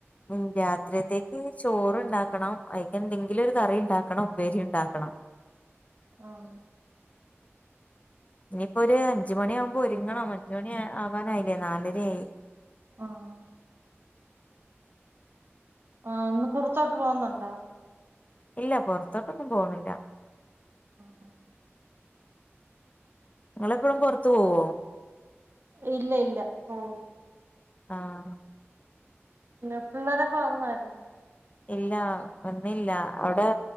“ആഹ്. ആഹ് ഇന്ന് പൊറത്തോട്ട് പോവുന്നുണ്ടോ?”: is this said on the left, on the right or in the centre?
Right